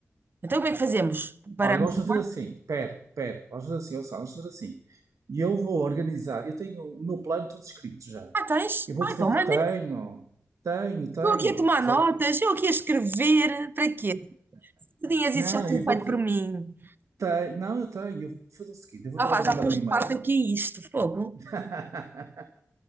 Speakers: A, on the right; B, on the right.
A: Então como é que fazemos? Paramos
B: Olha, vamos fazer
A: o carro?
B: assim. Pera, pera. Vamos fazer assim, ouça, vamos fazer assim. E eu vou organizar. Eu tenho o meu plano todo escrito já.
A: Ah, tens?
B: Eu vou-te
A: Ah, então
B: fazer.
A: mandem-me.
B: Tenho, tenho, tenho.
A: Eu aqui a tomar
B: Eu
A: notas,
B: só-
A: eu aqui a escrever, para quê? Tu tinhas
B: Não,
A: isso já tudo
B: eu vou-te.
A: feito por mim.
B: Tenho, não, eu tenho. Eu vou fazer o seguinte. Eu vou-te
A: Ah
B: agora
A: pá, já
B: mandar
A: pus
B: um e-mail.
A: de parte aqui isto, fogo.
B: <laughs>